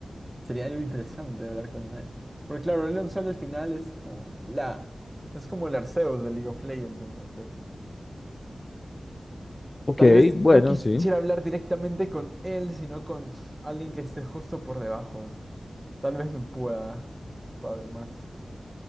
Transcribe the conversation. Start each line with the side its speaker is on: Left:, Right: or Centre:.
Right: Sería algo interesante hablar con él. Porque claro, Aurelion Sol al final es como la... Es como el Arceus de League of Legends, entonces.
Left: Ok,
Right: Tal vez
Left: bueno,
Right: no quisiera
Left: sí.
Right: hablar directamente con él, sino con alguien que esté justo por debajo. Tal vez me pueda, pueda ver más.